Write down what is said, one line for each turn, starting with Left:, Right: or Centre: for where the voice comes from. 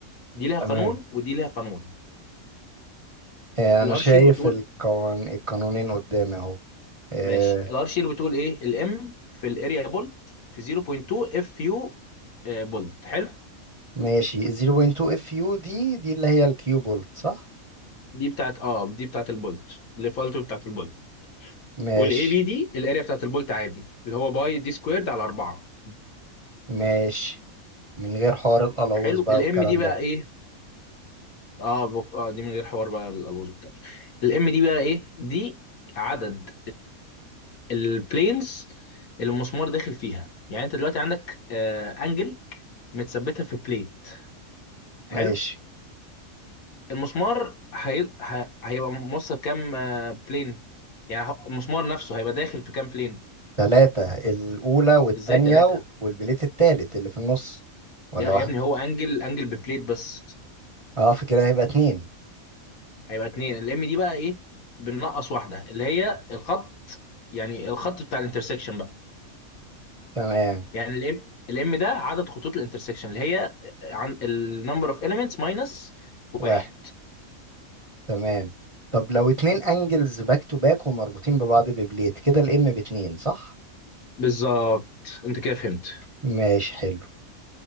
Left: دي ليها
Right: تمام
Left: قانون ودي ليها قانون
Right: آه،
Left: الار
Right: انا شايف
Left: شير بتقول
Right: القوان... القانونين قدامي اهو آه،
Left: ماشي الار شير بتقول ايه الام في الاريا بولت في 0.2 اف يو بولت حلو
Right: ماشي 0.2 اف يو دي دي اللي هي الكيو بولت صح
Left: دي بتاعت اه دي بتاعت البولت الديفولت بتاعت البولت
Right: ماشي
Left: والاي بي دي الاريا بتاعت البولت عادي اللي هو باي دي سكويرد على 4
Right: ماشي من غير حوار القلاوظ
Left: حلو
Right: بقى
Left: الام
Right: والكلام
Left: دي بقى
Right: ده
Left: ايه اه, بق... آه دي من غير حوار بقى الالوز بتاعه الام دي بقى ايه دي عدد البلينز اللي المسمار داخل فيها يعني انت دلوقتي عندك آه انجل متثبتها في بليت حلو
Right: ماشي
Left: المسمار هي... ه... هيبقى موصل كام آه بلين يعني ه- المسمار نفسه هيبقى داخل في كام بلين
Right: ثلاثة الأولى والتانية
Left: ازاي ثلاثة
Right: والبليت التالت اللي في النص ولا
Left: يا
Right: واحد
Left: يا ابني هو انجل انجل ببليت بس
Right: اه فكده هيبقى اتنين
Left: هيبقى اتنين الام دي بقى ايه بننقص واحده اللي هي الخط يعني الخط بتاع الانترسكشن بقى
Right: تمام
Left: يعني الام الام ده عدد خطوط الانترسكشن اللي هي عن النمبر اوف اليمنتس ماينس
Right: واحد
Left: واحد
Right: تمام طب لو اتنين انجلز باك تو باك ومربوطين ببعض ببليت كده الام باتنين صح
Left: بالظبط انت كده فهمت
Right: ماشي حلو